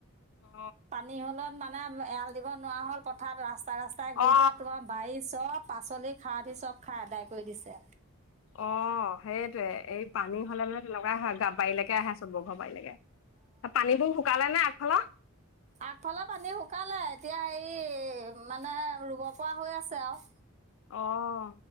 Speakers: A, on the left; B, on the right.
A: অ
B: পানী হলত মানে এৰাল দিব নোৱাৰা হ'ল পথাৰ ৰাস্তা। ৰাস্তা ৰাস্তাই
A: অ
B: ঘূৰি ফুৰা তোমাৰ বাৰী চব পাচলি খাৱতি চব খাই আদায় কৰি দিছে।
A: অ সেইটোৱে এই পানী হলে মানে তেনেকুৱাই হয় বাৰীলৈকে আহে চবৰ ঘৰ বাৰি লৈ। পানীবোৰ শুকালে নে আগফালৰ।
B: আগফালে পানী শুকালে এতিয়া হে মানে ৰুব পৰা হৈ আছে আৰু।
A: অহ।